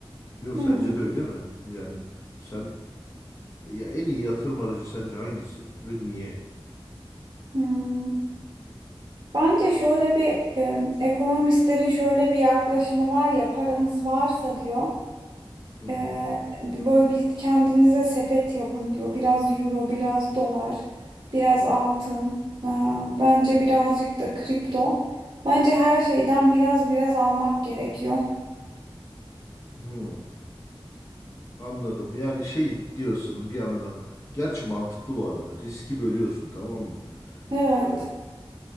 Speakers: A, on the left (about 30°); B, on the right (about 50°).
A: Bilmiyorum
B: Hmm,
A: sence de öyle mi? Yani sen ya en iyi yatırım aracı sence hangisi ve niye?
B: hmm. Bence şöyle bir e, ekonomistlerin şöyle bir yaklaşımı var ya paranız varsa diyor.
A: Hı.
B: Ee, böyle bir kendinize sepet yapın diyor. Biraz euro, biraz dolar, biraz altın. Ee, bence birazcık da kripto. Bence her şeyden biraz biraz almak gerekiyor.
A: Hı. Anladım. Yani şey diyorsun bir yandan. Gerçi mantıklı bu arada. Riski bölüyorsun tamam mı?
B: Evet.
A: Ee,